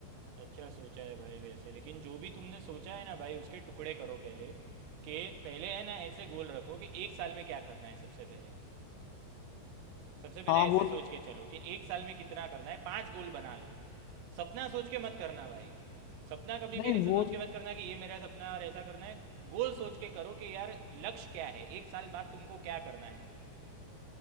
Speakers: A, on the right (about 90°); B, on the left (about 85°).
A: अच्छा सोचा है भाई वैसे लेकिन जो भी तुमने सोचा है ना भाई उसके टुकड़े करो पहले कि पहले है ना ऐसे गोल रखो कि एक साल में क्या करना है सबसे पहले सबसे पहले
B: हाँ
A: ऐसे
B: वो
A: सोच के चलो कि एक साल में कितना करना है पांच गोल बना लो सपना सोच के मत करना भाई सपना कभी
B: नहीं
A: भी ऐसे
B: वो
A: सोच के मत करना कि ये मेरा सपना है और ऐसा करना है गोल सोच के करो कि यार लक्ष्य क्या है एक साल बाद तुमको क्या करना है